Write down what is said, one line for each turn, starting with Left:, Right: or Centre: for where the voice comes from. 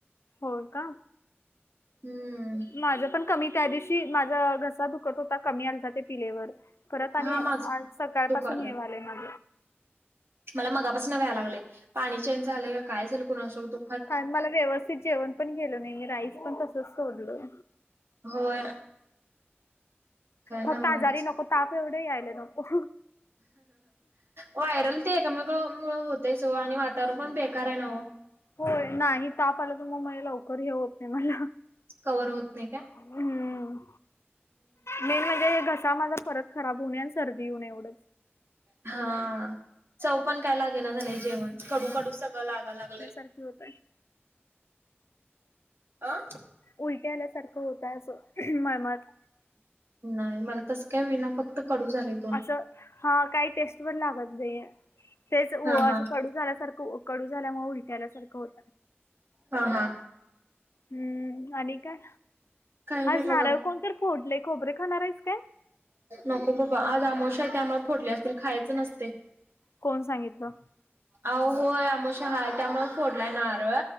Left: हो का
Right: हम्म
Left: माझ पण कमी त्या दिवशी माझा घसा दुखत होता कमी आलता ते पिलेवर परत आणि
Right: हा माझ
Left: आज सकाळ
Right: दुखालय
Left: पाासून ये आलंय माझ
Right: मला मगापास न व्याय लागय पाणी चेंज झाले काय झाईल कुणा असबतो
Left: काय मला व्यवस्थित जेवण पण गेल नाही मी राईस पण तसच सोडलोय
Right: होय काय नव्हच.
Left: फक्त आजारी नको ताप एवढेही आयले नको
Right: व्हायरल ते एकमेका मु होतयच हो आणि वातावरण पण बेकार आहे ना
Left: होय नाही ताप आला त मग म लवकर हे होत नाही मला
Right: कव्हवर होत नाही का
Left: हम्म मेन म्हणजे हे घसा माझा परत खराब होऊणे आणि सर्दी होऊणे एवढंच
Right: हा चव पण काय लागेना झाले जेवण कडूकडू सगळं लागा लागले
Left: होत
Right: अं
Left: उलट्या आल्यासारखं होत असं मळमत
Right: नाही मला तसं काय विना फक्त कडू झाले
Left: असं हा काही टेस्ट पण लागत नाही तेच असं
Right: हा हा
Left: कडू झाल्यासारखं कडू झाल्यामुळे विटयलासारखं होत
Right: हा हा
Left: हम्म आणि काय
Right: काही नाही
Left: आज नारळ
Right: बघा
Left: कोणत फोडले. खोबरे खाणार आहे काय
Right: नको बाबा आज आमवशा त्यामुळे फोडले असतील खायच नसते
Left: कोण सांगितलं
Right: अह होय आमश हाय त्याम फोडलाय न